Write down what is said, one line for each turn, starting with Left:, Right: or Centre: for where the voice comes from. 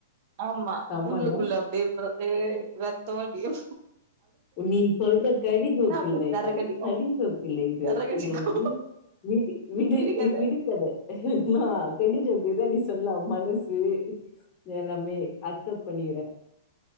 Right: ஆமா
Left: செம்மல
Right: உள்ளுகுள்ள அப்டிப்பரதே ரத்த வடியோ
Left: நீ சொல்ற கடி ஜோக்
Right: அப்டியே
Left: இல்ல
Right: சரக்கடிக்கு
Left: இது கடி ஜோக் இல்ல இது
Right: விறகடிக்கு
Left: இது வந்து விடு விடு
Right: விடுங்கத
Left: இ விடுகத கு நா கடி ஜோக்தா சொல்லா மனசு எல்லாமே அக்செப் பண்ணிகுறே